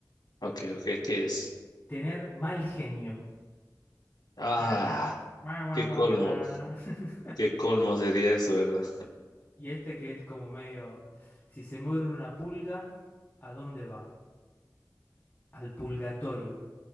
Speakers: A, on the left; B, on the left.
A: Ok, ok, ¿qué es?
B: Tener mal genio.
A: Ah,
B: Ah, guau, guau,
A: qué
B: guau,
A: colmo,
B: guau. <laughs>
A: qué colmo sería eso, ¿verdad?
B: Y este que es como medio, si se muere una pulga, ¿a dónde va? Al pulgatorio.